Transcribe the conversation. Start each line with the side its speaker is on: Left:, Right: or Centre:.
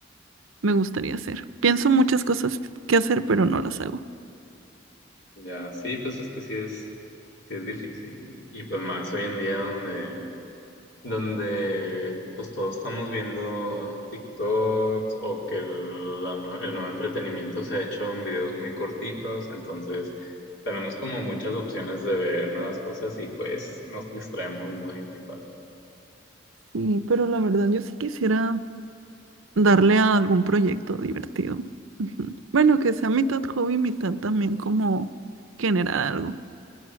Right: me gustaría hacer. Pienso muchas cosas que hacer, pero no las hago.
Left: Ya, sí, pues es que sí es, sí es difícil y, y pues más hoy en día donde donde pues todos estamos viendo TikToks o que el, la nue- el nuevo entretenimiento se ha hecho en videos muy cortitos, entonces tenemos como muchas opciones de ver nuevas cosas y pues nos distraemos muy, muy fácil.
Right: Sí, pero la verdad yo sí quisiera darle a algún proyecto divertido. Ujú. Bueno, que sea mitad hobby, mitad también como generar algo